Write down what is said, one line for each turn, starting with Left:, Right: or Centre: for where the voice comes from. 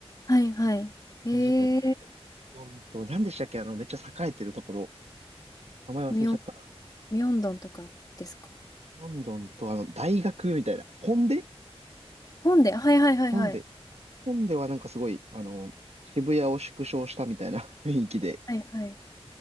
Left: はいはい。えー、
Right: 感じだったよ。ロンドンと、何でしたっけあの、めっちゃ栄えてるところ。名前忘れちゃったな。
Left: ミョン、ミョンドンとかですか
Right: ロンドンと、あの、大学みたいな。ホンデ
Left: 本で、はいはいはいはい。
Right: ホンデ。ホンデはなんかすごい、あの、渋谷を縮小したみたいな <laughs> 雰囲気で、
Left: はいはい。